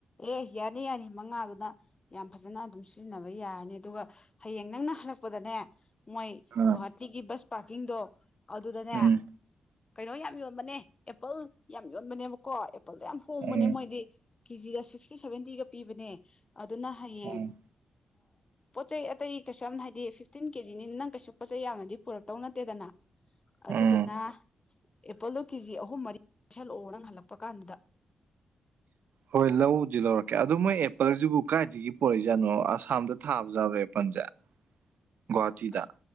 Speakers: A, on the left; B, on the right.
A: ꯑꯦ ꯌꯥꯅꯤ ꯌꯥꯅꯤ ꯃꯉꯥꯗꯨꯅ ꯌꯥꯝ ꯐꯖꯅ ꯑꯗꯨꯝ ꯁꯤꯖꯤꯟꯅꯕ ꯌꯥꯔꯅꯤ ꯑꯗꯨꯒ ꯍꯌꯦꯡ ꯅꯪꯅ ꯍꯜꯂꯛꯄꯗꯅꯦ ꯃꯣꯏ
B: ꯑꯥ
A: ꯒꯨꯋꯥꯍꯥꯇꯤꯒꯤ ꯕꯁ ꯄꯥꯔꯀꯤꯡꯗꯣ ꯑꯗꯨꯗꯅꯦ
B: ꯎꯝ
A: ꯀꯩꯅꯣ ꯌꯥꯝ ꯌꯣꯟꯕꯅꯦ ꯑꯦꯄꯜ ꯌꯥꯝ ꯌꯣꯟꯕꯅꯦꯕꯀꯣ ꯑꯦꯄꯜꯗꯣ ꯌꯥꯝ ꯍꯣꯡꯕꯅꯦ
B: ꯎꯝ
A: ꯃꯣꯏꯗꯤ ꯀꯦꯖꯤꯗ ꯁꯤꯁꯇꯤ ꯁꯚꯦꯟꯇꯤꯒ ꯄꯤꯕꯅꯦ ꯑꯗꯨꯅ ꯍꯌꯦꯡ
B: ꯎꯝ
A: ꯄꯣꯠꯆꯩ ꯑꯇꯩ ꯀꯩꯁꯨ ꯌꯥꯝꯅ ꯍꯥꯏꯗꯤ ꯐꯤꯐꯇꯤꯟ ꯀꯦꯖꯤꯅꯤꯅ ꯅꯪ ꯀꯩꯁꯨ ꯄꯣꯠ ꯆꯩ ꯌꯥꯝꯅꯗꯤ ꯄꯨꯔꯛꯇꯧ ꯅꯠꯇꯦꯗꯅ ꯑꯗꯨꯗꯨꯅ
B: ꯎꯝ
A: ꯑꯦꯄꯜꯗꯣ ꯀꯦꯖꯤ ꯑꯍꯨꯝ ꯃꯔꯤ ꯄꯥꯏꯁꯜꯂꯛꯑꯣ ꯅꯪ ꯍꯜꯂꯛꯄ ꯀꯥꯟꯗꯨꯗ
B: ꯍꯣꯏ ꯂꯧꯗꯤ ꯂꯧꯔꯛꯀꯦ ꯑꯗꯨꯗꯣ ꯃꯣꯏ ꯑꯦꯄꯜꯁꯤꯕꯨ ꯀꯥꯏꯗꯒꯤ ꯄꯣꯔꯛꯏꯖꯥꯅꯣ ꯑꯁꯥꯝꯗ ꯊꯥꯕ ꯌꯥꯥꯎꯔꯦ ꯑꯦꯄꯜꯁꯦ ꯒꯨꯋꯥꯍꯥꯇꯤ
A: ꯑꯁ
B: ꯗꯥ